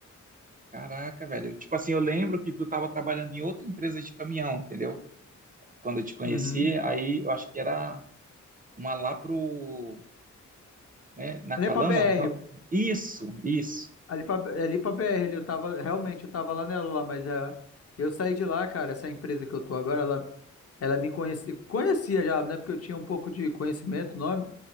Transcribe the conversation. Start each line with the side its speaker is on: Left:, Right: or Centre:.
Right: Caraca, velho. Tipo assim, eu lembro que tu tava trabalhando em outra empresa de caminhão, entendeu? Quando eu te conheci,
Left: Uhum.
Right: aí eu acho que era uma lá pro, né, na
Left: Ali
Right: Calama.
Left: pra BR,
Right: Então, isso, isso.
Left: ali pra, ali pra BR, ali eu tava, realmente eu tava lá nela lá, mas é, eu saí de lá, cara, essa empresa que eu tô agora, ela, ela me conhecia, conhecia já, né, porque eu tinha um pouco de conhecimento, nome,